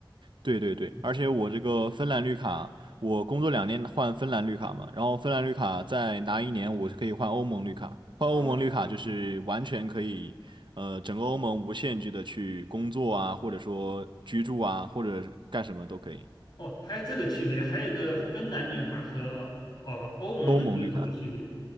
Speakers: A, on the right; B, on the left.
A: 对对对，
B: 嗯，
A: 而且我这个芬兰绿卡，我工作两年换芬兰绿卡嘛，然后芬兰绿卡再拿一年，我就可以换欧盟绿卡。换欧盟绿卡就是完全可以，
B: 哦
A: 呃，整个欧盟无限制的去工作啊，或者说居住啊，或者干什么都可以。
B: 哦，还有这个区别，还有个芬兰绿卡和哦欧盟的绿卡的区别。
A: 欧盟绿卡，